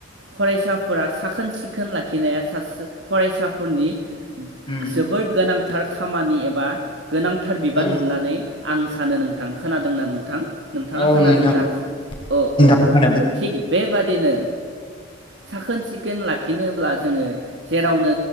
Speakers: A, on the right; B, on the left.
A: फरायसाफोरा साखोन सिखोन लाखिनाया सासे फरायसाफोरनि
B: उम
A: जोबोद गोनां थार खामानि एबा गोनांथार बिबान
B: औ
A: होननानै आं सानो नोंथां खोनादोंना नोंथां? नोंथाङा
B: औ
A: खोनादोंना
B: नोंथां
A: औ
B: नोंथां
A: औ
B: खोनादों
A: थिग बेबादिनो साखोन सिखोन लाखिनोब्ला जोंङो जेरावनो